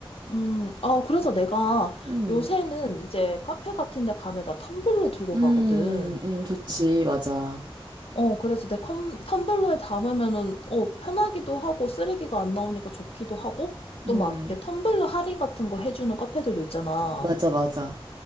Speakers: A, on the left; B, on the right.
A: 음, 아, 그래서 내가
B: 음,
A: 요새는 이제 카페 같은 데 가면 나 텀블러 들고
B: 음,
A: 가거든.
B: 음, 좋지. 맞아.
A: 어, 그래서 내 컴, 텀블러에 담으면은, 어, 편하기도 하고, 쓰레기가 안 나오니까 좋기도 하고,
B: 음,
A: 또 막, 이렇게 텀블러 할인 같은 거 해주는 카페들도 있잖아.
B: 맞아, 맞아.